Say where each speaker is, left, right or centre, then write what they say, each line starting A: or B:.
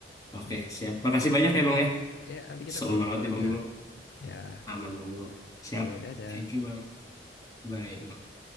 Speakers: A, on the left; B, on the left.
A: Oke,
B: Ya,
A: siap. Makasih banyak ya Bang ya.
B: ya, nanti kita
A: Seru
B: ngobrol-ngobrol
A: banget ya
B: lagi
A: Bang
B: lah.
A: Bimo.
B: Ya,
A: Aman Bang Bimo. Siap.
B: oke, dadah.
A: Thank you Bang. Bye. Bang.